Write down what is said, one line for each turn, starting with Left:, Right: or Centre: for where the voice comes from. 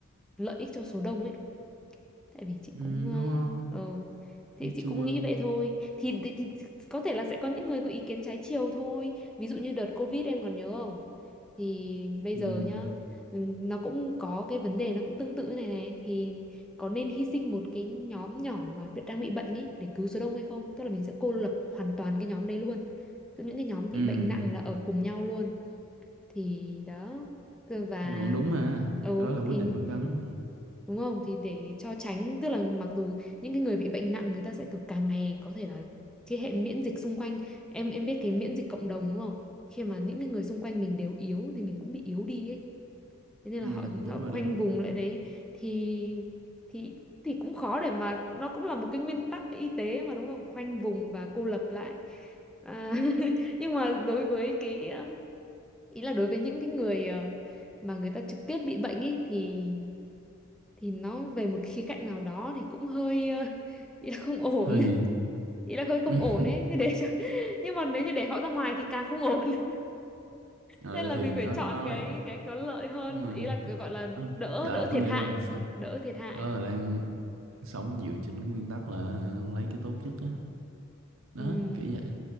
Centre: lợi ích cho số đông ấy tại vì chị
Right: ừ
Centre: cũng
Right: đúng không
Centre: ờ ừ, thì
Right: thấy
Centre: chị
Right: chua
Centre: cũng nghĩ vậy thôi thì, thì thì có thể là sẽ có những người có ý kiến trái chiều thôi ví dụ như đợt Covid em còn nhớ không thì bây
Right: ừ
Centre: giờ nhá ừ, nó cũng có cái vấn đề nó cũng tương tự này này thì có nên hy sinh một cái nhóm nhỏ mà bị- đang bị bệnh ấy để cứu số đông hay không tức là mình sẽ cô lập hoàn toàn cái nhóm đấy luôn Cứ những cái nhóm bị
Right: ừ
Centre: bệnh nặng là ở cùng nhau luôn thì đó Cơ- và
Right: thì vẫn đúng mà
Centre: ừ
Right: cái đó là quyết
Centre: thì
Right: định đúng đắn mà
Centre: đúng không thì để cho tránh tức là mặc dù những cái người bị bệnh nặng người ta sẽ kiểu càng ngày có thể là cái hệ miễn dịch xung quanh em em biết cái miễn dịch cộng đồng đúng không khi mà những cái người xung quanh mình đều yếu thì mình cũng bị yếu đi ấy thế nên
Right: ừ
Centre: là họ,
Right: đúng
Centre: họ
Right: rồi
Centre: khoanh
Right: đó
Centre: vùng lại đấy thì thì thì cũng khó để mà nó cũng là một cái nguyên tắc y tế mà đúng không khoanh vùng và cô lập lại à, <laughs> nhưng mà đối với cái um, ý là đối với những cái người ờ, mà người ta trực tiếp bị bệnh ấy thì thì nó về một khía cạnh nào đó thì cũng hơi ờ, <laughs> ý là không ổn
Right: hơi gì
Centre: ý là hơi không
Right: <laughs>
Centre: ổn ấy để cho <laughs> nhưng mà nếu như để họ ra ngoài thì càng không ổn <laughs>
Right: ừ
Centre: nên là
Right: thì
Centre: mình
Right: nó
Centre: phải chọn
Right: nó
Centre: cái
Right: là
Centre: cái có lợi hơn
Right: đúng rồi
Centre: ý là cái gọi là
Right: Ừ,
Centre: đỡ
Right: là
Centre: đỡ
Right: có
Centre: thiệt
Right: nghĩa
Centre: hại
Right: là sao
Centre: đỡ thiệt hại
Right: đó là đang sống dựa trên cái nguyên tắc là hả, lấy cái tốt nhất á đó
Centre: ừ
Right: kiểu vậy